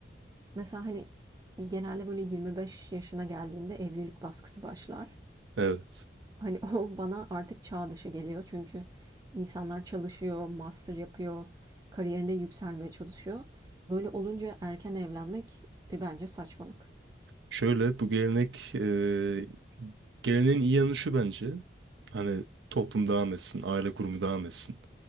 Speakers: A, on the right; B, on the right.
A: Mesela, hani, genelde böyle 25 yaşına geldiğinde evlilik baskısı başlar.
B: Evet.
A: Hani <laughs> o bana artık çağ dışı geliyor. Çünkü insanlar çalışıyor, master yapıyor, kariyerinde yükselmeye çalışıyor. Böyle olunca erken evlenmek e, bence saçmalık.
B: Şöyle bu gelenek e, geleneğin iyi yanı şu bence. Hani toplum devam etsin, aile kurumu devam etsin.